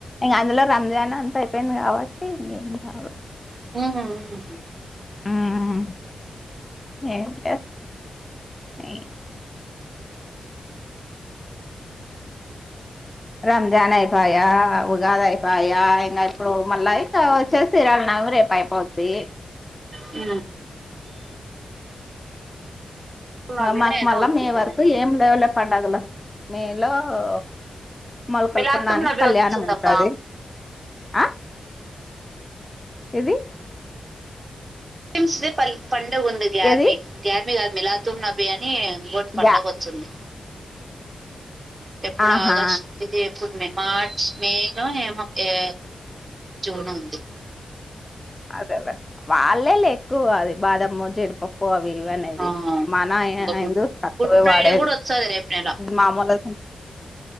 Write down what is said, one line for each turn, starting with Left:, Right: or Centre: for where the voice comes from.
Left: ఇంగ అందులో రంజాన్ అంత అయిపోయింది కాబట్టి ఇంగేమ్ కాదు
Right: ఉమ్మ్
Left: ఉమ్ ఏమ్ లేద్ మే రంజాన్ అయిపోయా ఉగాది అయిపాయా ఇంగ ఇప్పుడు మళ్ళ అయితే వచ్చేసి సీరల్న ఆది రేపు అయిపొద్ది
Right: ఊ నబీనో
Left: ఆ మాకు
Right: ఏదో
Left: మళ్ళా
Right: వచ్చింది
Left: మే వరకు ఏం లేవులే పడుగలు మే లో ఓ మొలకల
Right: మిలాతుం
Left: పున్నానికి
Right: నబీ
Left: కళ్యాణం
Right: వచ్చిందక్క
Left: ఉంటది ఆ ఏది
Right: ముస్లిం ది పండగ ఉంది గార్మి
Left: ఏది
Right: గ్యార్మి కాదు మిలాతుం నాభి అనీ ఇంకోటి పండగ
Left: గ్యా
Right: వచ్చంది ఎప్పుడు
Left: ఆహా
Right: ఆగస్ట్ ఇది ఎప్పుడు మార్చ్ మే లో ఏ ఏ జూన్ ఉంది
Left: అదేలే వాళ్ళే లే ఎక్కువ అది బాదం జీడిపప్పు క్ అవి ఇవి అనేది
Right: ఆ
Left: మన
Right: ఇంకా గుడ్
Left: హిందూస్ తక్కువే
Right: గుడ్ ఫ్రైడే
Left: వాడేది
Right: కూడా వస్తది రేపు నెల
Left: మామూలు